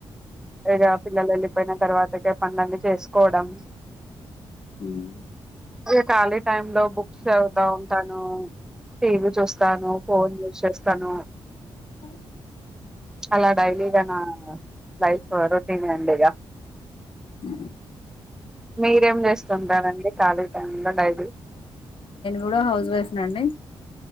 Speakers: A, in the centre; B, on the left.
A: లేదా పిల్లలు వెళ్ళిపోయిన తర్వాతకే పనులన్నీ చేసుకోవడం
B: మ్మ్.
A: ఇ ఖాళీ టైమ్ లో బుక్స్ ఆ ఉంటాను టీవీ చూస్తాను ఫోన్ యూస్ చేస్తాను
B: అ
A: అలా డైలీగా నా లైఫ్ రొటీన్ అండిగ
B: అ
A: మీరేం చేేస్తుంటరండి కాలీ టైం లొ డైలీ
B: కూడ హౌస్ వైఫ్ నండి